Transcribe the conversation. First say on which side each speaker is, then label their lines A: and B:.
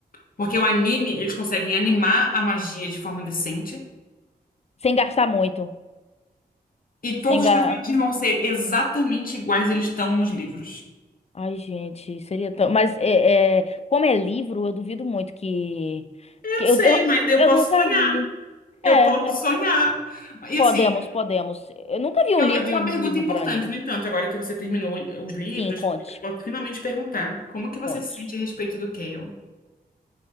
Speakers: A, on the left; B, on the left.
A: Porque o anime, eles conseguem animar a magia de forma decente.
B: Sem gastar muito.
A: E todos
B: Sem gastar.
A: os personagens vão ser exatamente iguais eles estão nos livros.
B: Ai, gente, seria tão. Mas é, é, como é livro, eu duvido muito que.
A: Eu
B: que
A: sei,
B: eu, eu,
A: mas eu
B: eu
A: posso
B: nunca
A: sonhar.
B: vi.
A: Eu
B: É,
A: posso
B: eu-
A: sonhar. E
B: podemos,
A: assim,
B: podemos. Eu nunca vi um
A: eu,
B: livro,
A: eu tenho
B: um
A: uma
B: ani-
A: pergunta
B: um livro
A: importante.
B: virar anime.
A: No entanto, agora que você terminou os livros,
B: Sim, conte,
A: eu posso finalmente perguntar como que você
B: conte.
A: se sente a respeito do Kael?